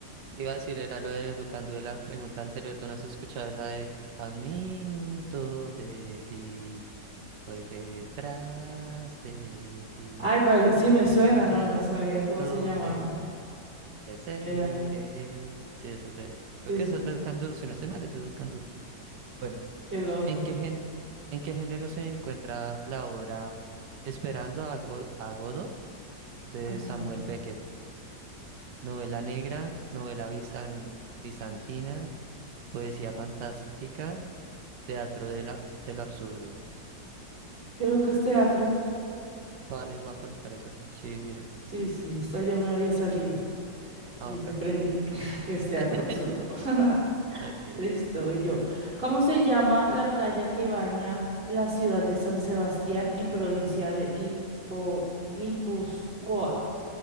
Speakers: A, on the right; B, on the right.
A: Iba a decir, era lo de Ducandú de la pregunta anterior, tú no has escuchado esa de a un minuto de ti, voy detrás de ti.
B: Ay, pare- sí me suena,
A: A
B: no,
A: minuto
B: no sabía cómo se llamaban.
A: de ti te seguiré.
B: Mira,
A: Sí, esa es de ella. Creo
B: sí,
A: que
B: sí,
A: esa
B: sí,
A: es de Educandú, si no estoy mal, es de Educandú. Bueno,
B: qué loco.
A: ¿en qué gen- en qué género se encuentra la obra Esperando a, Go- a Godot de
B: Ah, bueno,
A: Samuel Beckett? Novela negra, novela bizan- bizantina, poesía fantástica, teatro de, la, de lo absurdo.
B: Creo que es teatro.
A: Vale, voy a colocar esa. Sí, bien.
B: Sí, sí, esta ya me había salido
A: Ah,
B: y
A: ok.
B: ya aprendí <laughs> que es teatro
A: <laughs>
B: absurdo. <laughs>
A: Ok.
B: Listo, y yo. ¿Cómo se llama la playa que baña la ciudad de San Sebastián en provincia de Guipo- Guipúzcoa?